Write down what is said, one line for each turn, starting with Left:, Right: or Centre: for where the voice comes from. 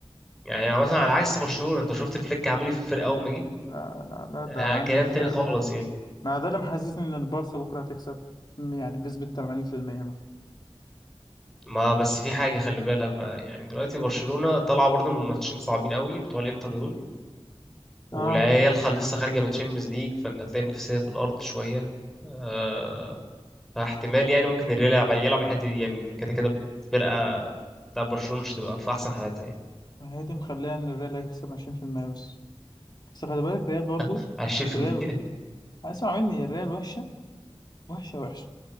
Centre: يعني مثلا على عكس برشلونة انت شفت فليك عمل ايه في الفرقة اول ما جه
Left: لا لا لا ده
Centre: آه
Left: عامل
Centre: كلام
Left: فرقة
Centre: تاني خالص يعني
Left: ما ده اللي محسسني ان البارسا بكرة هتكسب م- يعني بنسبة 80% مثلا
Centre: ما بس في حاجة خلي بالك بقى يعني دلوقتي برشلونة طالعة برضه من ماتشين صعبين قوي بتوع الانتر دول والعيال
Left: اه
Centre: خل- لسه خارجة من تشامبيونز ليج فان هتلاقي النفسية في الأرض شوية آه فاحتمال يعني ممكن الريال يلعب يلعب الحتة دي يعني كده كده فرقة بتاع برشلونة مش تبقى في أحسن حالاتها يعني
Left: ما هي دي مخليها ان الريال هيكسب 20% بس بس خلي بالك الريال برضو
Centre: <laughs> 20%
Left: الريال اسمع مني الريال وحشة وحشة وحشة